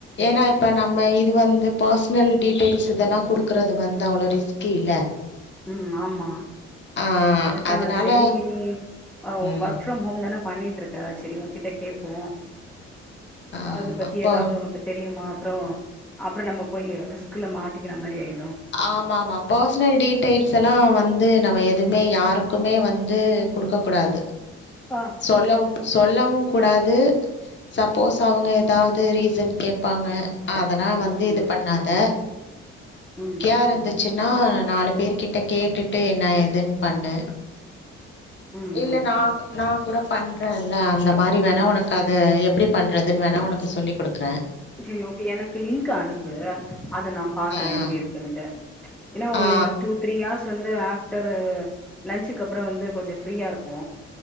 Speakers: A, on the left; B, in the centre.
A: ஏன்னா இப்ப நம்ம இது வந்து பர்சனல் டீட்டெயில்ஸ் இதெல்லா குடுக்கறது வந்து அவ்ளோ ரிஸ்க்கு இல்ல
B: ம் ஆமா
A: ஆ
B: அது தா
A: அதனால
B: செரி நீ
A: ம்
B: ஒர்க் ஃப்ரம் ஹோம் தான என்ன பண்ணிட்டுருக்க ஆச்சிரியம்மா கிட்ட கேப்போ
A: ஆ
B: அது பத்தி
A: அப்போ
B: ஏதாவது உனக்கு தெரியுமா அப்புறோ அப்புறோ நம்ம போய் ரிஸ்குல மாட்டிக்கின மாரி ஆயி
A: ஆமா ஆமா பர்சனல் டீட்டெய்ல் ஆக்சுவலா வந்து நம்ம எதுமே யாருக்குமே வந்து குடுக்கக் கூடாது
B: ஆ
A: சொல்லவு சொல்லவு கூடாது சப்போஸ் அவுங்க எதாது அது ரீசன் கேப்பாங்க ஆ அதெல்லா
B: ம்
A: வந்து இது பண்ணாத
B: ம்
A: யா இருந்துச்சுன்னா நாலு பேர்க் கிட்ட கேட்டுட்டு என்ன ஏதுன் பண்ணு
B: ம்
A: இல்ல
B: ம்
A: நா நா கூட பண்றன்ல ந்த மாரி
B: ம்
A: வேணா ஒனக்கு அத எப் டி பண்றதுன் வேணா ஒனக்கு சொல்லிக் குடுக்ற
B: செரி ஓகே எனக்கு லிங்க்கு அனுப்பு அத நா பாக்குற
A: ஆ
B: எப்டி இருக்குன்ட்டு ஏன்னா ஒரு
A: ஆ
B: டூ த்ரீ ஆர்ஸ் வந்து ஆ ஒரு லன்ச்சுக்கு அப்பறோ வந்து கொஞ்சோ ஃப்ரீயா இருப்போ